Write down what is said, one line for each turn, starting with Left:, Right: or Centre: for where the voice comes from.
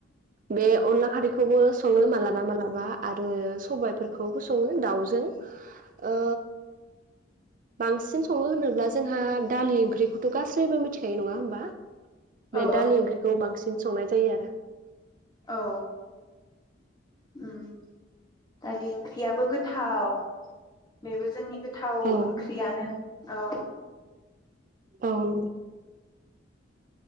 Right: बे अनला खारैखौबो सङो मालाबा मालाबा आरो सबायफोरखौबो सङो दाउजों ओ। बांसिन सङो होनोब्ला जोंहा दालि ओंख्रिखौथ गासैबो मिथिखायो नङा होमबा। बे
Left: औ
Right: दालि
Left: औ
Right: ओंख्रिखौ बांसिन। बि संनाय जायो आरो। <inaudible>
Left: औ उम दलि ओं-। ख्रि याबो गोथाव। बेबो जोंनि गो- थाव
Right: औ
Left: ओंख्रियानो औ।
Right: औ <unintelligible>